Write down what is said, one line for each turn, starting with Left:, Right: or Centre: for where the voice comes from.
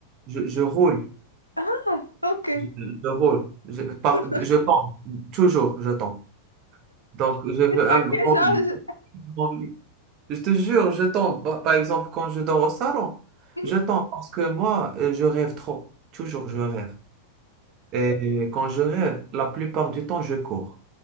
Right: Je, je roule.
Left: Ah, ok.
Right: Je, je roule, je, par-
Left: <laughs>
Right: je tombe, toujours je tombe. Donc, je veux
Left: Et toi,
Right: un
Left: que
Right: grand
Left: genre,
Right: lit. Grand lit. Je te jure, je tombe. Par par exemple, quand je dors au salon,
Left: Mhm.
Right: je tombe parce que moi, euh, je rêve trop. Toujours, je rêve. Et quand je rêve, la plupart du temps, je cours.